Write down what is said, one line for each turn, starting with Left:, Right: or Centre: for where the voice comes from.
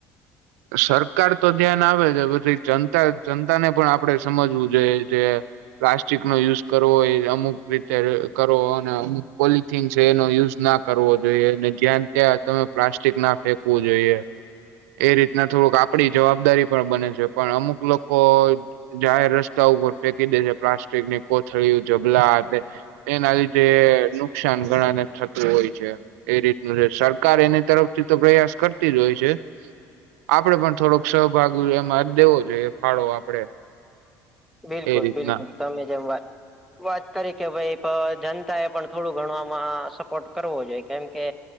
Right: સરકાર તો ધ્યાન આવે છે પછી જનતા જનતા ને પણ આપડે સમજવું જોઈએ જે પ્લાસ્ટિક નો યુઝ કરવો એ અમુક રીતે કરવો અને અમુક પોલી થીન છે એનો યુઝ ના કરવો જોઈએ ને જ્યાન ત્યાં તમે પ્લાસ્ટિક ના ફેંકવું જોઈએ. એ રીતના થોડુંક આપડી જવાબદારી પણ બને છે પણ અમુક લોકો જાહેર રસ્તા ઉપર ફેંકી દે છે પ્લાસ્ટિક ની કોથળી જબલા અને એના લીધે નુકસાન ઘણા ને થતું હોય છે. એ રીતનું છે સરકાર એની તરફથી તો પ્રયાસ કરતી જ હોય છે. આપડે પણ થોડોક સહભાગી એમાં જ દેવો જોઈએ ફાળો આપડે
Centre: બિલકુલ
Right: એ રીતના
Centre: બિલકુલ તમે જેમ વાત વાત કરી કે ભાઈ જનતા એ પણ થોડું ઘણવામાં સપોર્ટ કરવો જોઈએ કેમ કે